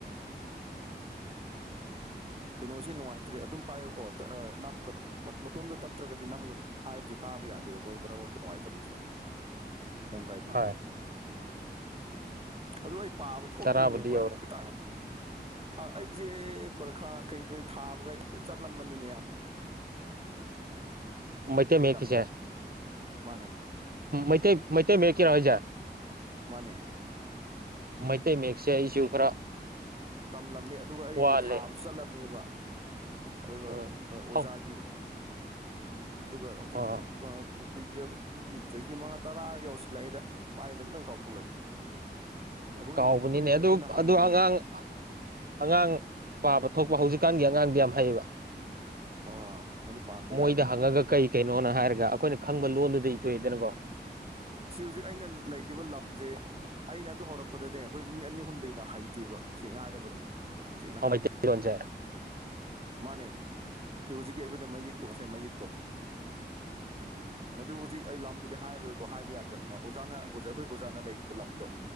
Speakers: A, on the right; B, on the right.
A: ꯀꯩꯅꯣꯁꯤ ꯅꯨꯡꯉꯥꯏꯇ꯭ꯔꯦ ꯑꯗꯨꯝ ꯄꯥꯏꯌꯨꯀꯣ ꯅꯝꯒꯅꯨ ꯃꯇꯣꯝꯗ ꯇꯠꯇ꯭ꯔꯒꯗꯤ ꯅꯝꯒꯅꯨ ꯍꯥꯏꯕꯁꯤ ꯇꯥꯕ ꯌꯥꯗꯦꯕ ꯃꯣꯏ ꯃꯔꯛ ꯃꯔꯛꯇ ꯅꯨꯡꯉꯥꯏꯇꯕꯅꯤ ꯁꯨꯃꯥꯏ ꯀꯩ ꯀꯥꯏꯗꯦ
B: ꯍꯣꯏ
A: ꯑꯗꯨ ꯑꯩ ꯄꯥꯕ ꯊꯣꯛꯇ꯭ꯔꯤꯅꯦꯕ
B: ꯇꯔꯥꯕꯨꯗꯤ ꯌꯧꯔꯦ
A: ꯈꯤꯇꯪ ꯑꯩꯁꯦ ꯄꯨꯔꯈꯥ ꯀꯩꯀꯩ ꯊꯥꯕꯒ ꯆꯠꯂꯝꯕꯅꯤꯅꯦ ꯌꯥꯝ
B: ꯃꯩꯇꯩ
A: ꯑꯩꯈꯣꯏ
B: ꯃꯌꯦꯛꯀꯤꯁꯦ
A: ꯂꯝꯗ ꯃꯥꯅꯦ
B: ꯃꯩꯇꯩ ꯃꯩꯇꯩ ꯃꯦꯀꯤ ꯔꯣꯏꯖ
A: ꯃꯥꯅꯦ
B: ꯃꯩꯇꯩ ꯃꯌꯦꯛꯁꯦ ꯑꯩꯁꯨ ꯈꯔ
A: ꯇꯝꯂꯝꯃꯤ ꯑꯗꯨꯒ ꯑꯩ
B: ꯋꯥꯠꯂꯦ
A: ꯊꯥꯕꯁꯨ ꯆꯠꯂꯝꯃꯦꯕ ꯑꯗꯨꯒ
B: ꯎꯝ
A: ꯑꯣꯖꯥꯒꯤ
B: ꯍꯧ
A: ꯑꯗꯨꯒ ꯍꯧꯖꯤꯛ
B: ꯑꯥ
A: ꯀꯨꯏꯔꯕꯒꯤ ꯆꯍꯤ ꯃꯉꯥ ꯇꯔꯥ ꯌꯧꯁꯤꯜꯂꯛꯑꯏꯗ ꯄꯥꯏꯗꯕ ꯅꯪ ꯀꯥꯎꯊꯣꯛꯂꯛꯈ꯭ꯔꯦ ꯑꯩꯈꯣꯏ
B: ꯀꯥꯎꯕꯅꯤꯅꯦ
A: ꯈꯨꯟꯗ
B: ꯑꯗꯨ
A: ꯑꯩꯈꯣꯏꯅ ꯍꯥꯡꯗꯣꯏꯅꯦ
B: ꯑꯗꯨ ꯑꯉꯥꯡ ꯑꯉꯥꯡ ꯄꯥꯕ ꯊꯣꯛꯄ ꯍꯧꯖꯤꯛꯀꯥꯟꯒꯤ ꯑꯉꯥꯡꯗꯤ ꯌꯥꯝ ꯍꯩꯌꯦꯕ
A: ꯑꯥ ꯃꯗꯨ ꯄꯥꯟꯕ
B: ꯃꯣꯏꯗ
A: ꯌꯥꯒꯅꯤ
B: ꯍꯪꯉꯒ ꯀꯩ ꯀꯩꯅꯣꯅ ꯍꯥꯏꯔꯒ ꯑꯩꯈꯣꯏꯅ ꯈꯪꯕ ꯂꯣꯟꯗꯨꯗ ꯏꯊꯣꯛꯑꯦꯗꯅꯀꯣ
A: ꯁꯤ ꯍꯧꯖꯤꯛ ꯑꯩꯅ ꯂꯩꯔꯤꯕ ꯂꯝꯁꯦ ꯑꯩꯅ ꯑꯗꯨ ꯍꯧꯔꯛꯄꯗꯅꯦ ꯑꯩꯈꯣꯏ ꯃꯤ ꯑꯅꯤ ꯑꯍꯨꯝꯗꯩꯅ ꯍ ꯇꯤꯕ ꯁꯦꯡꯅ ꯍꯥꯏꯔꯕꯗ ꯁꯦꯡꯅ ꯍꯥꯏꯔꯕꯗ
B: ꯃꯩꯇꯩꯂꯣꯟꯁꯦ
A: ꯃꯥꯅꯦ ꯁꯤ ꯍꯧꯖꯤꯛꯀꯤ ꯑꯩꯈꯣꯏꯅ ꯃꯌꯦꯛꯇꯣ ꯉꯁꯥꯏ ꯃꯌꯦꯛꯇꯣ꯫ ꯃꯗꯨ ꯍꯧꯖꯤꯛ ꯑꯩ ꯂꯥꯝꯕꯨꯗꯤ ꯍꯥꯏꯔꯣꯏ꯫ ꯑꯣ ꯍꯥꯏꯕ ꯌꯥꯗ꯭ꯔꯕꯅꯤꯅ ꯑꯣꯖꯥꯅ ꯑꯣꯖꯥ ꯑꯩꯈꯣꯏ ꯑꯣꯖꯥꯅ ꯂꯩꯔꯤꯕ ꯂꯝꯗꯣ꯫